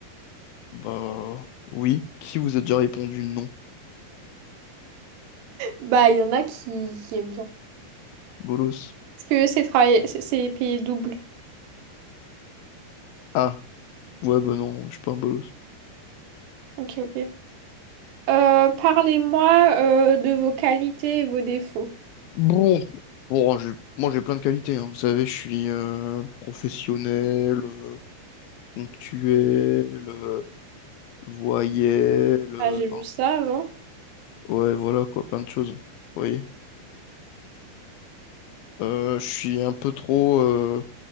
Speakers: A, on the left; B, on the right.
A: Bah oui. Qui vous a déjà répondu non?
B: Bah, il y en a qui, qui aiment bien.
A: Bolos.
B: ce que c'est travailler, c'est c'est payé double.
A: Ah. Ouais, bah non, je suis pas un bolos.
B: Ok, ok. Euh, parlez-moi euh, de vos qualités et vos défauts.
A: Bon, bon, j'ai- moi j'ai plein de qualités, hein. Vous savez, je suis euh, professionnel, euh, ponctuel, euh, voyelle, euh,
B: Ah, j'ai vu
A: enfin,
B: ça avant.
A: ouais, voilà quoi, plein de choses. Vous voyez. Euh, je suis un peu trop euh,